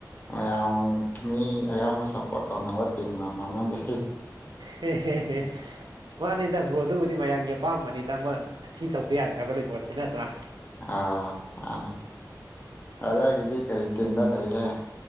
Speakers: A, on the left; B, on the right.
A: ꯃꯌꯥꯝ ꯃꯤ ꯑꯌꯥꯝꯕ ꯁꯞꯄꯣꯔꯠ ꯇꯧꯅꯕ ꯇꯤꯝꯒ ꯃꯥꯟꯅꯗꯦ
B: ꯍꯦ ꯍꯦ ꯍꯦ ꯃꯥꯅꯦꯗ ꯕ꯭ꯔꯣ ꯑꯗꯨꯕꯨꯗꯤ ꯃꯌꯥꯝꯒꯤ ꯑꯄꯥꯝꯕꯅꯤ ꯇꯥꯃꯣ ꯁꯤ ꯇꯧꯕ ꯌꯥꯗꯦ ꯍꯥꯏꯕ ꯂꯩꯕꯣꯠꯇ ꯅꯠꯇ꯭ꯔꯥ
A: ꯑꯥ ꯑꯅꯤ ꯕꯔꯗꯔ ꯒꯤꯗꯤ ꯀꯔꯤ ꯇꯤꯝꯗ ꯂꯩꯔꯦ